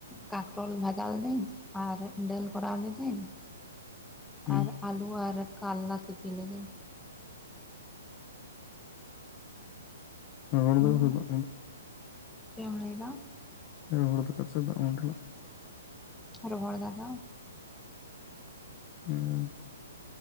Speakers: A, in the centre; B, on the left (about 25°).
A: ᱠᱟᱠᱨᱚᱞ ᱵᱷᱟᱡᱟ ᱞᱤᱫᱟᱹᱧ ᱟᱨ ᱰᱟᱹᱞ ᱠᱚᱨᱟᱣ ᱞᱤᱫᱟᱹᱧ᱾
B: ᱦᱩᱸ
A: ᱟᱨ ᱟᱹᱞᱩ ᱟᱨ ᱠᱟᱞᱞᱟ ᱥᱤᱯᱤ ᱞᱤᱫᱟᱹᱧ᱾
B: ᱩᱸ ᱨᱚᱦᱚᱲ
A: ᱦᱩᱸ
B: ᱫᱟᱠᱟ ᱥᱮ ᱫᱟᱜ ᱢᱟᱰᱤ᱾
A: ᱪᱮᱫ ᱮᱢ ᱞᱟᱹᱭᱫᱟ?
B: ᱨᱚᱦᱚᱲ ᱫᱟᱠᱟ ᱥᱮ ᱫᱟᱜ ᱢᱟᱰᱤ?
A: ᱨᱚᱦᱚᱲ ᱫᱟᱠᱟ᱾
B: ᱩᱸ᱾